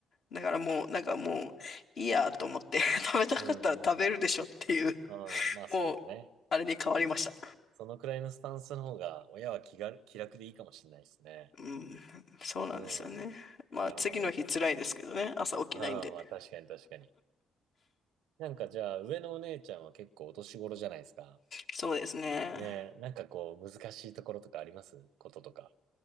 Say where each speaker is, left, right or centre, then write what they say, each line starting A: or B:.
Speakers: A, on the left; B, on the right.
A: だからもう、なんかもう、いいやと思って、<laughs> 食べたかったら食べるでしょっていう、
B: うんうんうん。うん。まあそうね。
A: もう、あれに変わりました。
B: そのくらいのスタンスの方が、親は気が、気楽でいいかもしれないですね。
A: うん、そうなんですよね。
B: うん。
A: まあ、
B: なるほど。
A: 次の日辛いですけどね、朝起きないんで。
B: ああまあ確かに確かに。なんかじゃあ、上のお姉ちゃんは結構お年頃じゃないですか。
A: そうですね。
B: ねえ、なんかこう、難しいところとかありますこととか。